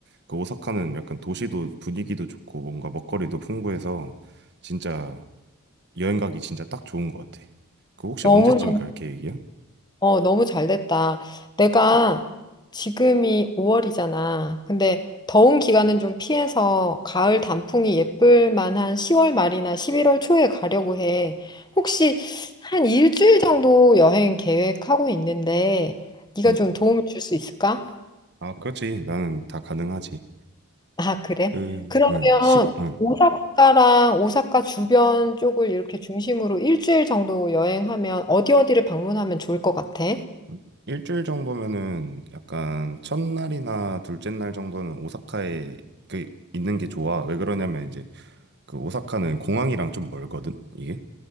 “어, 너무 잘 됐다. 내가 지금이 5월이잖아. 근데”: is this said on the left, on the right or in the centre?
Left